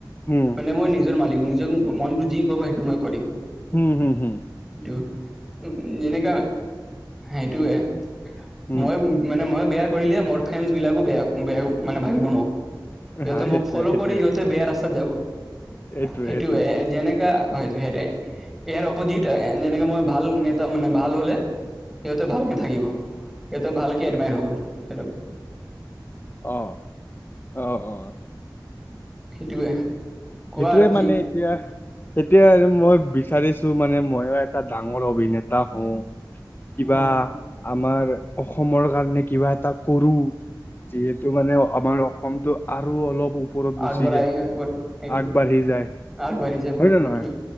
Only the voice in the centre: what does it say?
মানে মই নিজৰ মালিক নিজৰ মনতটো যি কব সেইটো মই কৰিম।
টো যেনেকুৱা, সেইটোৱে।
মই মানে মই বেয়া কৰিলে মোৰ ফ্ৰেণ্ছ বিলাকো বেয়া-বেয়া মানে ভাবিব মোক। সিহঁতে
মোক
ফ'ল'
কৰি সিহঁতে বেয়া ৰাস্তাত যাব,
সেইটো
যেনেকা হয়টো সেইট ইয়াৰ অপজিট যেনেকে মই ভাল নেতা মানে ভাল হলে সিহঁতে ভালকে থাকিব, সিহঁতে ভালকে এডমাইাৰ হ'ব সটো সেই
সেইটোৱে কোৱা
আৰু কি
অঁ
আগবঢ়াই
আগবঢ়াৰ সেইটো
আগবাঢ়ি যাব
সেইটোৱে।